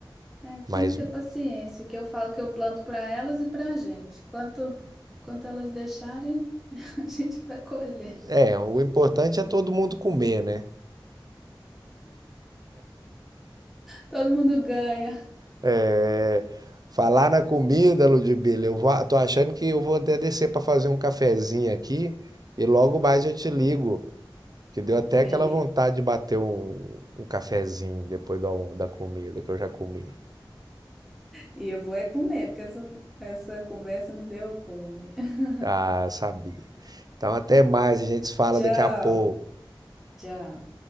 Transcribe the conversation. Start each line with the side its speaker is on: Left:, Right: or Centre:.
Centre: É,
Right: Mas
Centre: tem que ter paciência, que eu falo que eu planto para elas e para a gente. Quanto, quanto elas deixarem, <laughs> a gente vai colher.
Right: é, o importante é todo mundo comer, né?
Centre: Todo mundo ganha.
Right: É, falar na comida, Ludmilla, eu vou, tô achando que eu vou até descer para fazer um cafezinho aqui e logo mais eu te ligo, que deu até
Centre: Beleza.
Right: aquela vontade de bater um, um cafezinho depois do da comida que eu já comi.
Centre: E eu vou é comer, porque essa, essa conversa me deu fome. <laughs>
Right: Ah, sabia. Então até mais, a gente se fala
Centre: Tchau.
Right: daqui a pouco.
Centre: Tchau.